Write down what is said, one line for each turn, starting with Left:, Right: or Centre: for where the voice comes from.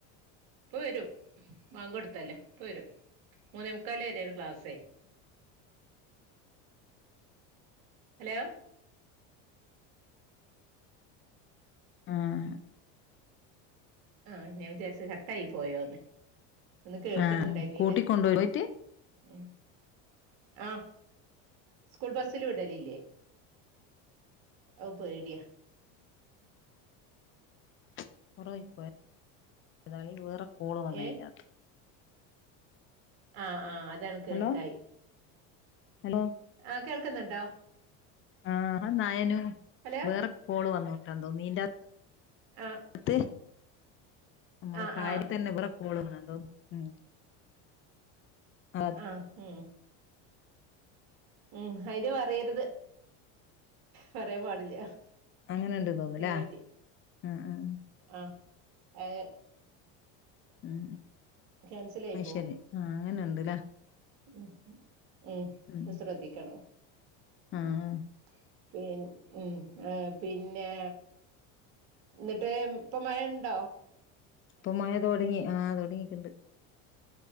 Right: ഇപ്പൊ വരും ബാങ്ക് കൊടുത്തല്ലോ ഇപ്പോ വരും മൂന്നേ മുക്കാല് വരേ ണ് ക്ലാസ്സേ ഹലോ
Left: ആഹ്
Right: ആഹ് ഞാൻ വിചാരിച്ചു കട്ടായി പോയോന്ന് ഒന്നും കേൾക്ക്‌ന്ന്ണ്ടായ്ന്നീല
Left: ആഹ് കൂട്ടിക്കൊണ്ടോയി പോയിട്ട്
Right: ഉം ആ സ്കൂൾ ബസ്സിൽ വിടലില്ലെ അഹ് പേടിയ
Left: <unintelligible> വേറെ കോള് വന്നയിന്റാത്തു
Right: ഏഹ് ആഹ് ആഹ് അതാണ് കേൾക്കായി
Left: ഹലോ ഹലോ
Right: ആ കേൾക്ക്‌ന്ന്ണ്ടോ
Left: ആഹ് ആനായനു
Right: ഹലോ
Left: വേറെ കോള് വന്നുട്ടോ എന്തോ മീ
Right: ആഹ്
Left: ത് മ്മളെ
Right: ആഹ്
Left: കാര്യം
Right: ആഹ്
Left: തന്നെ ഇവടെ ഓള് ന്നെന്തോ ഉം ആഹ്
Right: അഹ് ഉം അയിന് പറയരുത് പറയാൻ പാടില്ല
Left: അങ്ങനെണ്ട് തോന്നുല്ലേ
Right: അയിനെ പറ്റി
Left: ആഹ് ആഹ്
Right: ആഹ് എഹ്
Left: ഉം
Right: ക്യാൻസൽ ആയി
Left: അയ്
Right: പോവും
Left: ശരി ആ അങ്ങനെ ഇണ്ട്ല്ലേ
Right: ഉം ഉം ഊം
Left: ഉം
Right: അഹ് ശ്രദ്ധിക്കണം
Left: ആഹ്
Right: ഉം പി ഉം ആ പിന്നെ ന്ന്ട്ട് പ്പൊ മഴണ്ടോ
Left: ഇപ്പൊ മയ തൊ ടങ്ങി ആ തൊ ടങ്ങിട്ടുണ്ട്